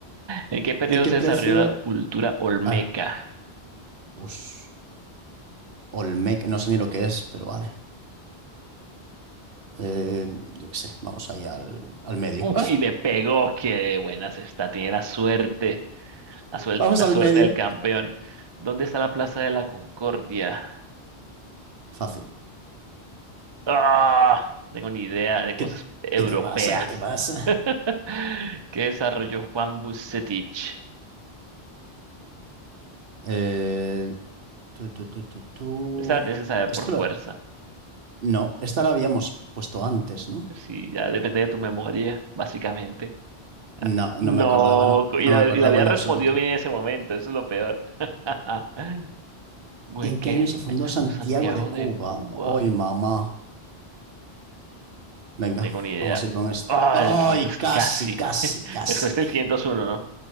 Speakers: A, on the right; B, on the right.
A: ¿En qué periodo
B: ¿En qué
A: se
B: precio?
A: desarrolló la cultura olmeca?
B: Ay, us, Olmec. No sé ni lo que es, pero vale. Eh, yo qué sé. Vamos ahí al, al medio.
A: Uf, y le pegó, que de buenas está, tiene la suerte,
B: <laughs>
A: la suerte,
B: Vamos
A: la
B: al
A: suerte
B: medio.
A: del campeón. ¿Dónde está la Plaza de la Concordia?
B: Fácil.
A: Ah, no tengo ni idea de cosas
B: ¿Qué,
A: europeas.
B: qué te pasa? ¿Qué te pasa?
A: <gasps> <laughs> ¿Qué desarrolló Juan Bucetich?
B: Eh, Tú, tú, tú, tú, tú.
A: Esa la tienes que saber
B: Esto
A: por fuerza.
B: lo- No, esta la habíamos puesto antes, ¿no?
A: Sí, ya depende de tu memoria, básicamente. Ah,
B: No,
A: No,
B: no me acordaba, no.
A: co-
B: No
A: y la,
B: me acordaba
A: y la había
B: en
A: respondido
B: lo absoluto.
A: bien en ese momento, eso es lo peor. <laughs> ¿O
B: ¿En
A: en qué
B: qué año se fundó
A: año se
B: Santiago
A: fundó Santiago
B: de Cuba?
A: de Cuba?
B: Hoy, mamá. Venga,
A: No tengo ni idea.
B: vamos a ir con esto.
A: Ah,
B: ¡Ay,
A: el 500, que
B: casi,
A: casi.
B: casi, casi!
A: Escogiste el 501, ¿no?